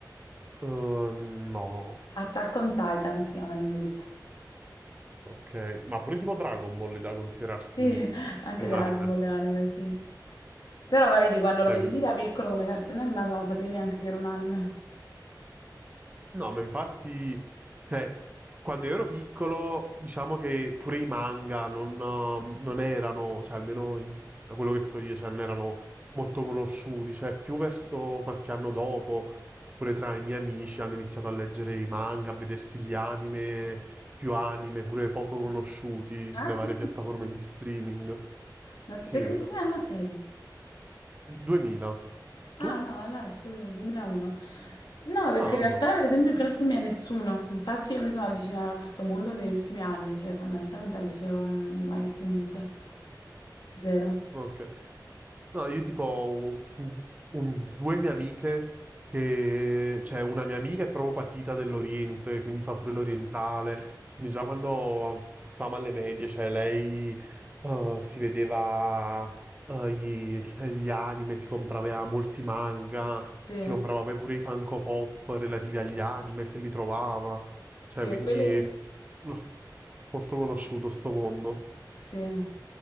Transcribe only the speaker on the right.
Eh, no.
Ok, ma pure tipo Dragon Ball è da considerarsi
un
anime.
Cioè,
quindi...
No, ma infatti, cioè, quando io ero piccolo, diciamo che pure i manga non, eh, non erano, cioè almeno i- da quello che so io, cioè, non erano molto conosciuti, cioè più verso qualche anno dopo, pure tra i miei amici hanno iniziato a leggere i manga, a vedersi gli anime, più anime, pure poco conosciuti
sulle
varie piattaforme di streaming.
Sì,
2000.
Tu?
No,
vabbè.
Ok. No, io tipo ho un- un- due mie amiche che, cioè una mia amica è proprio patita dell'Oriente, quindi fa pure l'orientale. Quindi già quando stavamo alle medie, cioè lei eh, si vedeva eh, gli, gli anime, si comprava molti manga,
si comprava poi pure i Funko Pop relativi agli anime, se li trovava. Cioè,
quindi
no, molto conosciuto sto mondo.